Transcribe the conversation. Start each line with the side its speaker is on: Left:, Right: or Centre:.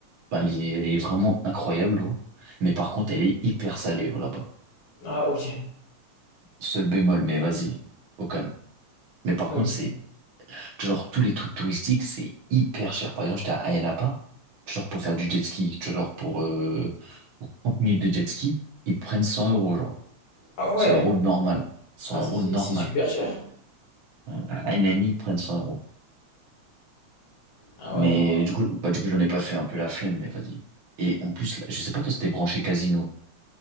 Right: Enfin, elle est elle est vraiment incroyable l'eau. Mais par contre, elle est hyper salée l'eau là-bas.
Left: Ah, ok.
Right: Seul bémol, mais vas-y, au calme. Mais par
Left: Ok.
Right: contre, c'est genre tous les trucs touristiques, c'est hyper cher. Par exemple, j'étais à Ayia Napa, genre pour faire du jet ski, tu vois, genre pour, euh, pour 30 minutes de jet ski, ils te prennent 100 euros, genre.
Left: Ah ouais.
Right: 100 euros normal. 100
Left: Ah,
Right: euros
Left: si, si,
Right: normal.
Left: c'est super cher.
Right: À Ayia ils te prennent 100 euros.
Left: Ah
Right: Mais
Left: ouais, non.
Right: du coup, bah, du coup, j'en ai pas fait un peu la flemme, mais vas-y. Et en plus, là, je sais pas, toi, c'était branché casino.